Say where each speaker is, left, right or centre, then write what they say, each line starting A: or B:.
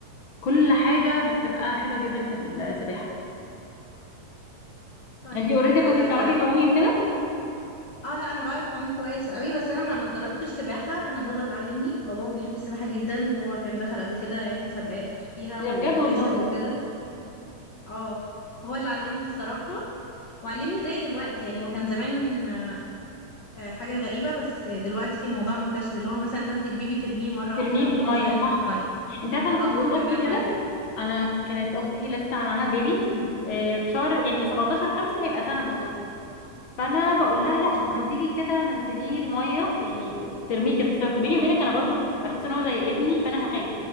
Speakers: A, on the left; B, on the left.
A: كل حاجه بتبقى حلوه جدا في السباحه
B: طيب
A: انت اوريدي كنت
B: اه
A: بتعرفي تعومي وكده
B: آه، لا انا بعرف اعوم كويس قوي بس انا ما ما اتدربتش سباحه انا بابا اللي علمني هو بابا بيحب السباحه جدا وهو كان دخل قبل كده يعني مسابقات فيها
A: ده
B: وكسب
A: بجد والله
B: وكده اه فهو اللي علمني الصراحه وعلمني زي دلوقتي يعني هو كان زمان آه، آه، حاجة غريبة بس دلوقتي الموضوع منتشر اللي هو مثلا تاخدي البيبي ترميه مرة
A: ترميه
B: واحدة
A: في
B: وهو
A: الميه
B: صغير
A: صح
B: في المية
A: انت عارفه انا
B: اه
A: كنت بقول
B: هو كان
A: لاختي
B: بيعمل
A: كده
B: معايا كده
A: انا كانت اختي لسه معاها بيبي آه، في شهر يعني 17 5 هيبقى سنه بالظبط فانا بقول
B: يعني
A: لها
B: الواحد
A: لا
B: ما شاء
A: طب
B: الله
A: ما تيجي كده نزليه الميه يعني ترميه كده بس بيني وبينك انا برضو بحس ان هو زي ابني فانا هخاف